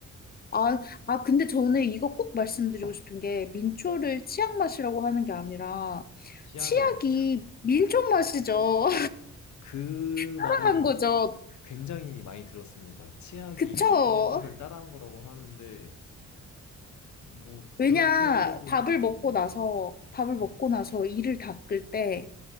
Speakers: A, on the left; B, on the left.
A: 아, 아, 근데 저는 이거 꼭 말씀드리고 싶은 게 민초를 치약 맛이라고 하는 게 아니라
B: 치약을
A: 치약이 민초 맛이죠.
B: 그
A: <laughs>
B: 말을
A: 한 거죠.
B: 굉장히 많이 들었습니다. 치약이
A: 그쵸?
B: 민트 초코를 따라한 거라고 하는데 뭐
A: 왜냐,
B: 그렇게도
A: 밥을
B: 볼 수 있겠네요.
A: 먹고 나서, 밥을 먹고 나서 이를 닦을 때